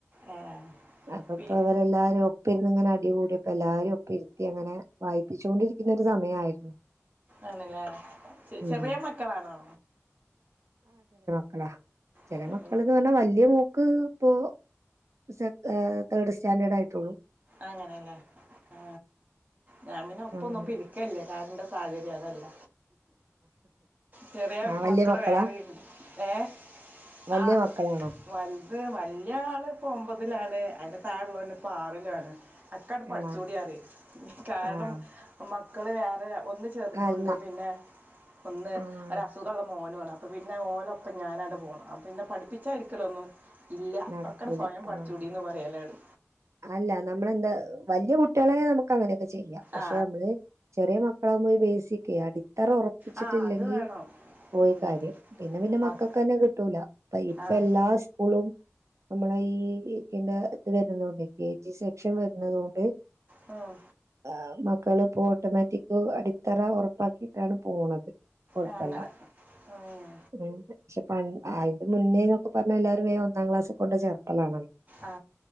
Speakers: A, on the right; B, on the right.
A: ആ
B: അപ്പപ്പ
A: പി-
B: അവരെല്ലാര <unintelligible> ഇപ്പ ഇുന്ന ഇങ്ങനെ അടിികൂടിിയപ്പ എല്ലാരും ഒപ്പ ഇരുത്തി അങ്ങനെ വായിപ്പിച്ചോണ്ടിരിക്കുന്ന ഒരു സമയമായിരുന്നു
A: ആണല്ലേ ചെ
B: ഉം
A: ചെറിയ മക്കളാണോ
B: അ <unintelligible> ചെല
A: ഏ,
B: മക്കൾ
A: ഉം,
B: എന്ന് പറഞ്ഞാ വലിയ മോക്ക് ഇപ്പോ സെക്കൊ തേർഡ് സ്റ്റാൻഡേഡ് ആയി തുളൂ
A: അങ്ങനെല്ലേ ആ ഞാൻ പിന്നെ ഒപ്പന്നോപ്പ
B: അങ്ങനെ
A: ഇരിക്കല്ലേ എൻ്റെ സാഹചര്യം അതല്ല ചെറിയ
B: ആ വല്യ
A: മക്കള്
B: മക്കളാ
A: വേറീണ്ട് ഏ
B: വല്യ
A: ആ
B: മക്കളാണോ
A: വലത് വല്യ ആള് ഇപ്പോ ഒമ്പതിലാണ്. അതിന്റെ താഴെ ഉള്ളോന് പ്പൊ ആറിലുണ് അ അക്കാട് പഠിച്ചുടിയാറി
B: ആഹ്
A: കാരണം
B: ആഹ്
A: മ മക്കൾ വേറെ ഒന്ന് ചെറുതുണ്ട്
B: അല്ല
A: പിന്നെ ഒന്ന്
B: ആഹ്
A: ഒരസുഖള്ള ഓന് വേണം അപ്പ പിന്നെ ഓലൊപ്പം ഞാനാണ്ട് പോണം പിന്നെ പഠിപ്പിച്ചായിരിക്കല്ലോന്നും ഇല്ല
B: നടക്കൂല
A: ഒക്കെണ്ട് സ്വയം പഠിച്ചൂടിന്ന്
B: ആഹ്
A: പറയലണ്
B: അല്ല നമ്മളെന്താ വലിയ കുട്ടിയളെ നമക്ക് അങ്ങനെ ചെയ്യാം പക്ഷെ
A: ആ
B: നമ്മള് ചെറിയ മക്കളാകുമ്പോ ബേസിക് അടി അത്ര ഉറപ്പിച്ചിട്ടില്ലെങ്കി
A: ആ ആ അത് വേണം
B: പോയി
A: ഉം.
B: കാര്യം പിന്നെ പിന്നെ
A: മക്
B: മക്കൾക്കന്നെ കിട്ടൂല അപ്പ ഇപ്പ
A: ആ
B: എല്ലാ സ്കൂളും നമ്മൾ ഈ ഇത് പിന്നെ വര്ന്നോണ്ടേ കെ ജി സെക്ഷൻ വരുന്നത് കൊണ്ട്
A: ഉം.
B: ആ മക്കള് അപ്പൊ ഓട്ടോമാറ്റിക് അടിത്തറ ഉറപ്പാക്കിയിട്ടാണ് പോണത് കൊഴപ്പല്ല
A: ആ, അങ്ങനെ ഉം.
B: ഉം ക്ഷെ പണി അയ്ന്റെമുന്നേന്നൊക്കെ പറഞ്ഞാ ല്ലാരും വേഗം പത്താം ക്ലാസ്സ്‌ കൊണ്ട് ചേർ അല്ലാണോ
A: ആ